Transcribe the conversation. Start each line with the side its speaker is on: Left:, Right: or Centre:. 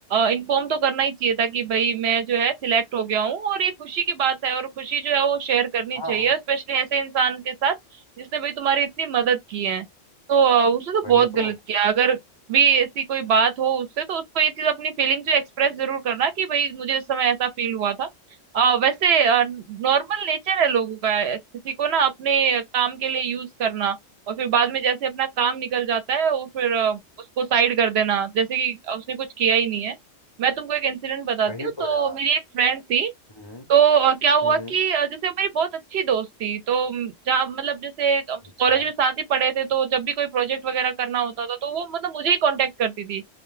Right: इन्फॉर्म तो करना ही चाहिए था कि भाई मैं जो है सिलेक्ट हो गया हूँ और ये खुशी की बात है और खुशी जो है वो शेयर करनी
Left: हाँ
Right: चाहिए स्पेशली ऐसे इंसान के साथ जिसने भाई तुम्हारी इतनी मदद की है तो अ, उसने तो
Left: वही
Right: बहुत गलत
Left: तो
Right: किया अगर भी ऐसी कोई बात हो उससे तो उसको ये चीज अपनी फीलिंग जो एक्सप्रेस जरूर करना कि भाई मुझे इस समय ऐसा फील हुआ था आ, वैसे नॉर्मल नेचर है लोगों का किसी को ना अपने काम के लिए यूज करना और फिर बाद में जैसे अपना काम निकल जाता है वो फिर अ, उसको साइड कर देना जैसे कि उसने कुछ किया ही नहीं है मैं तुमको एक इंसिडेंट बताती
Left: वही
Right: हूँ
Left: तो
Right: तो
Left: यार
Right: मेरी एक फ्रेंड थी
Left: हम्म
Right: तो अ, क्या हुआ
Left: हम्म
Right: कि अ, जैसे वो मेरी बहुत अच्छी दोस्त थी तो म, जहाँ मतलब जैसे कॉलेज
Left: अच्छा
Right: में साथ ही पढ़े थे तो जब भी कोई प्रोजेक्ट वगैरह करना होता था तो वो मतलब मुझे ही कांटेक्ट करती थी